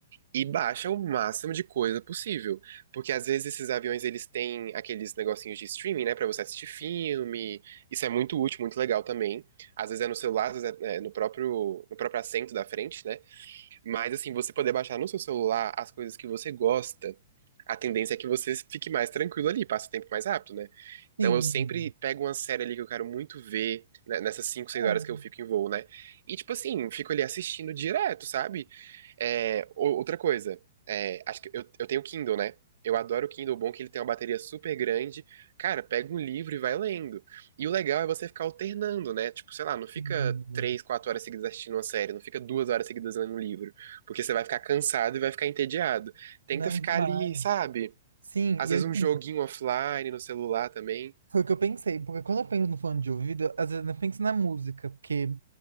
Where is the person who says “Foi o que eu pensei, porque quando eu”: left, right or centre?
Right